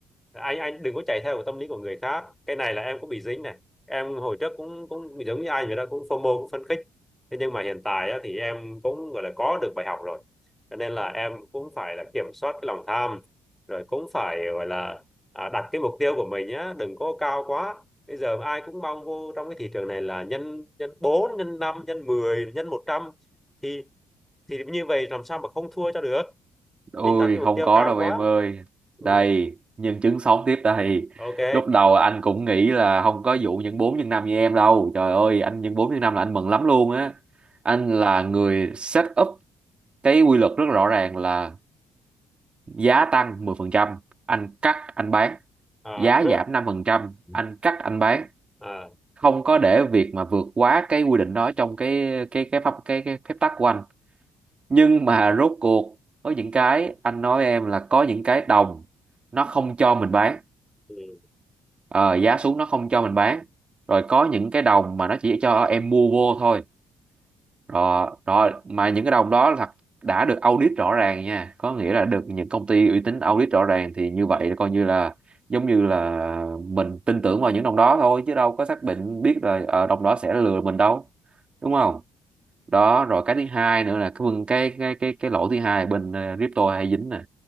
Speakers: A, in the centre; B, on the right (about 30°).
A: anh anh đừng có chạy theo cái tâm lý của người khác cái này là em cũng bị dính này em hồi trước cũng cũng giống như anh vậy đó cũng phô FOMO cũng phấn khích thế nhưng mà hiện tại á, thì em cũng gọi là có được bài học rồi cho nên là em cũng phải là kiểm soát cái lòng tham rồi cũng phải gọi là à, đặt cái mục tiêu của mình nhá đừng có cao quá bây giờ ai cũng mong vô trong cái thị trường này là nhân nhân bốn nhân năm nhân mười nhân một trăm thì thì như vậy làm sao mà không thua cho được
B: Ôi
A: mình đặt cái mục
B: không
A: tiêu
B: có
A: cao
B: đâu
A: quá
B: em ơi.
A: ừ.
B: Đây, nhân chứng sống tiếp đây.
A: ok
B: Lúc đầu anh cũng nghĩ là không có vụ nhân 4 nhân 5 như em đâu. Trời ơi, anh nhân 4 nhân 5 là anh mừng lắm luôn á. Anh là người set up cái quy luật rất rõ ràng là giá tăng 10%, anh cắt anh bán.
A: à,
B: Giá giảm 5%,
A: <laughs>
B: anh cắt anh bán.
A: à,
B: Không có để việc mà vượt quá cái quy định đó trong cái cái cái pháp cái, cái phép tắc của anh nhưng mà rốt cuộc có những cái anh nói em là có những cái đồng nó không cho mình bán
A: ừ.
B: Ờ, giá xuống nó không cho mình bán rồi có những cái đồng mà nó chỉ cho em mua vô thôi rồi rồi mà những cái đồng đó là thật đã được audit rõ ràng nha có nghĩa là được những công ty uy tín audit rõ ràng thì như vậy là coi như là giống như là mình tin tưởng vào những đồng đó thôi chứ đâu có xác định biết là ờ, đồng đó sẽ lừa mình đâu đúng không đó rồi cái thứ hai nữa là cái vân- cái cái cái cái lỗi thứ hai là bên ờ, crypto hay dính nè